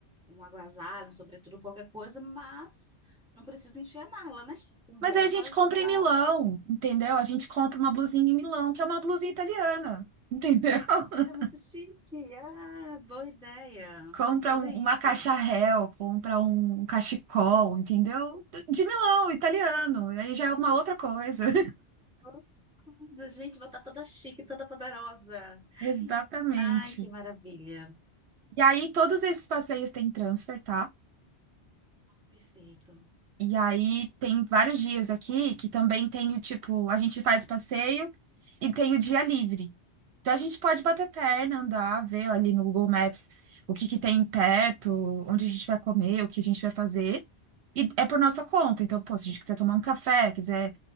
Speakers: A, in the centre; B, on the right.
A: um agasalho, um sobretudo qualquer coisa, mas não precisa encher a né? Com
B: Mas
A: roupas
B: aí a gente compra
A: para
B: em Milão, entendeu? A gente compra uma blusinha em Milão, que é uma blusinha italiana, entendeu? <laughs>
A: ser muito chique. Ah, boa ideia.
B: Compra
A: Fazer
B: um-
A: isso.
B: uma caixa réu, compra um um cachecol, entendeu? De Milão, italiano. Aí já é uma outra coisa. <laughs>
A: Boa coisa. Gente, vou estar toda chique, toda poderosa.
B: Exatamente.
A: Ai, que maravilha.
B: E aí todos esses passeios têm transfer, tá?
A: Perfeito.
B: E aí tem vários dias aqui que também tem o tipo, a gente faz passeio e tem o dia livre. Então a gente pode bater perna, andar, ver ali no Google Maps o que que tem perto, onde a gente vai comer, o que a gente vai fazer. E é por nossa conta. Então, pô, se a gente quiser tomar um café, quiser